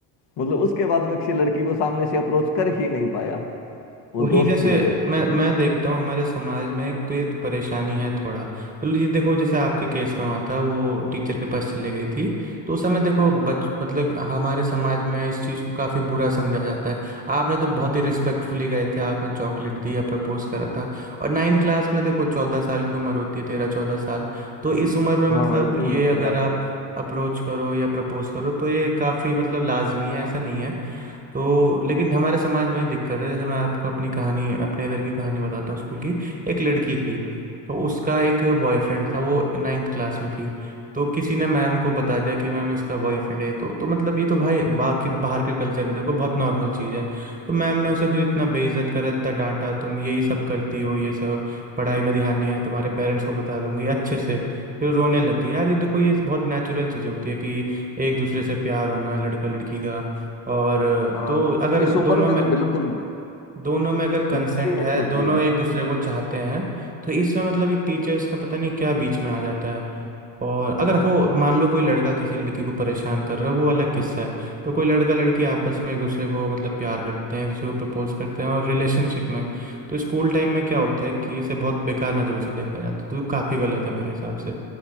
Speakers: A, on the left (about 55°); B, on the right (about 15°).
A: मतलब उसके बाद मैं किसी लड़की को सामने से अप्रोच कर ही नहीं पाया वो
B: वही
A: दोस्त
B: जैसे
A: की वजह
B: मैं
A: से
B: मैं देखता हूँ हमारे समाज में एक तो ये परेशानी है थोड़ा चलो ये देखो जैसे आपके केस में हुआ था वो टीचर के पास चले गई थी तो उस समय देखो बच मतलब हमारे समाज में इस चीज़ को काफ़ी बुरा समझा जाता है आपने तो बहुत ही रिस्पेक्टफुली गए थे आपने चॉकलेट दी या प्रपोज करा था और नाइन्थ क्लास में देखो चौदह साल की उम्र होती है तेरह चौदह साल तो इस उम्र में
A: हाँ
B: मतलब
A: हाँ इतनी
B: ये
A: उम्र
B: अगर
A: थी आराम
B: आप
A: से
B: अप्रोच करो या प्रपोज करो तो ये काफ़ी मतलब लाजमी है ऐसा नहीं है तो लेकिन हमारे समाज में ये दिक्कत है जैसे मैं आपको अपनी कहानी अपने इधर की कहानी बताता हूँ स्कूल की एक लड़की थी तो उसका एक बॉयफ्रेंड था वो नाइन्थ क्लास में थी तो किसी ने मैम को बता दिया कि मैम इसका बॉयफ्रेंड है तो तो मतलब ये तो भाई बाकी बाहर के कल्चर में देखो बहुत नॉर्मल चीज़ है तो मैम ने उसे फिर इतना बेइज्जत करा इतना डांटा तुम यही सब करती हो ये सब पढ़ाई में ध्यान नहीं है तुम्हारे पेरेंट्स को बता दूंगी अच्छे से फिर रोने लग गई यार ये देखो ये बहुत नेचुरल चीज़ होती है कि एक दूसरे से प्यार होना लड़का लड़की का और
A: हाँ
B: तो अगर
A: इस
B: दोनों
A: उम्र में
B: में
A: तो बिल्कुल
B: दोनों में अगर कंसेंट
A: ये उम्र ही
B: है
A: ऐसी होती
B: दोनों
A: है
B: एक दूसरे को चाहते हैं तो इसमें मतलब ये टीचर्स का पता नहीं क्या बीच में आ जाता है और अगर हो मान लो कोई लड़का किसी लड़की को परेशान कर रहा है वो अलग किस्सा है पर कोई लड़का लड़की आपस में एक दूसरे को मतलब प्यार करते हैं एक दूसरे को प्रपोज करते हैं और रिलेशनशिप में तो स्कूल टाइम में क्या होता है कि इसे बहुत बेकार नज़रों से देखा जाता है तो काफ़ी गलत है मेरे हिसाब से